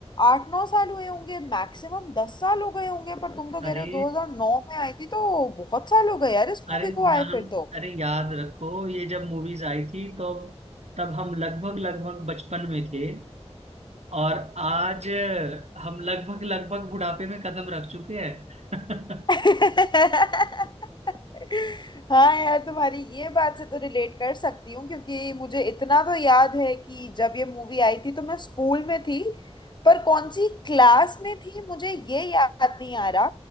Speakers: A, on the left; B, on the right.
A: आठ नौ साल हुए होंगे मैक्सिमम दस साल हो गए होंगे पर तुम तो कह
B: अरे
A: रहे हो 2009 में आई थी तो बहुत साल हो गए यार इस मूवी
B: अरे
A: को
B: ध्यान
A: आए फिर तो।
B: अरे याद रखो ये जब मूवीज आई थी तो तब हम लगभग लगभग बचपन में थे और आज हम लगभग लगभग बुढ़ापे में कदम रख चुके हैं <laughs>
A: <laughs> हाँ यार तुम्हारी ये बात से तो रिलेट कर सकती हूँ क्योंकि मुझे इतना तो याद है कि जब ये मूवी आई थी तो मैं स्कूल में थी पर कौन सी क्लास में थी मुझे ये याद नहीं आ रहा